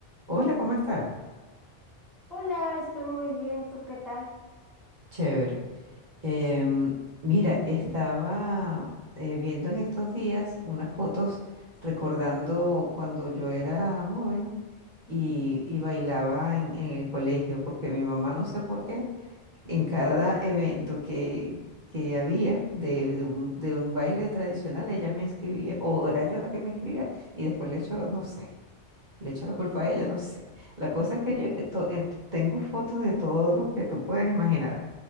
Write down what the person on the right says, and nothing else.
Hola, ¿cómo estás?
Chévere. Em, mira, estaba eh, viendo en estos días unas fotos recordando cuando yo era joven
y, y bailaba en, en el colegio, porque mi mamá, no sé por qué, en cada evento que, que había de, de un, de un baile tradicional, ella me inscribía, o era yo la que me inscribía, y después le hecho, no sé. Le echo la culpa a ella, no sé. La cosa
es que yo eh, to- eh, tengo fotos de todo lo que tú puedes imaginar.